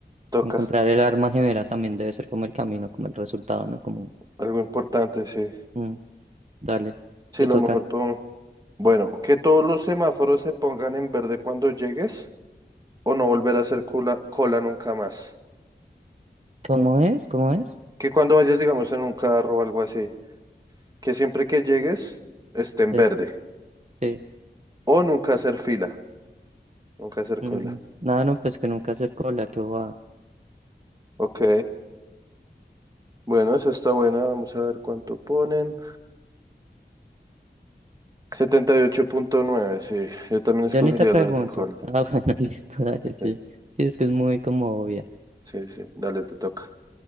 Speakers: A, on the right (about 20°); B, on the right (about 40°).
A: toca.
B: encontrar el alma gemela también debe ser como el camino, como el resultado, ¿no? Como,
A: Algo importante, sí.
B: mm, dale,
A: Sí,
B: te
A: lo
B: toca.
A: mejor pongo. Bueno, que todos los semáforos se pongan en verde cuando llegues o no volver a hacer cola, cola nunca más.
B: ¿Cómo es? ¿Cómo es?
A: Que cuando vayas, digamos, en un carro o algo así, que siempre que llegues esté en
B: Sí,
A: verde.
B: sí.
A: O nunca hacer fila, nunca hacer
B: Mm,
A: cola.
B: Nada, no, pues que nunca hacer cola, que va.
A: Ok. Bueno, esa está buena. Vamos a ver cuánto ponen. Setenta y ocho punto nueve. sí. Yo también escogería
B: Ya ni te pregunto.
A: lo del alcohol.
B: Ah, <laughs> bueno, listo, dale, sí.
A: Sí,
B: Sí, es que es muy como obvia.
A: sí, sí. Dale, te toca.